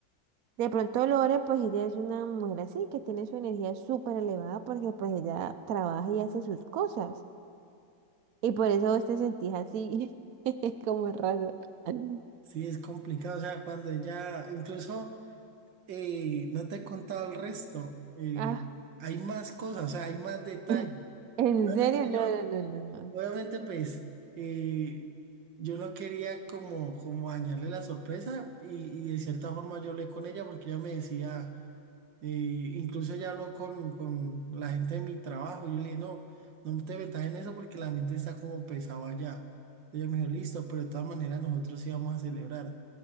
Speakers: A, on the right; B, on the right.
A: De pronto Lore, pues ella es una mujer así, que tiene su energía súper elevada porque pues ella trabaja y hace sus cosas. Y por eso vos te sentís así, <laughs> como raro. <laughs>
B: Sí, es complicado, o sea, cuando ya, incluso eh, no te he contado el resto, eh,
A: Ah,
B: hay más cosas, o sea, hay más detalles.
A: <laughs> en
B: Realmente
A: serio, no,
B: yo,
A: no, no, no.
B: Obviamente, pues eh, yo no quería como, como dañarle la sorpresa y, y de cierta forma yo hablé con ella porque ella me decía, eh, incluso ella habló con, con la gente de mi trabajo, yo le dije, no, no te metas en eso porque la mente está como pesado allá. Ella me dijo, listo, pero de todas maneras nosotros íbamos a celebrar.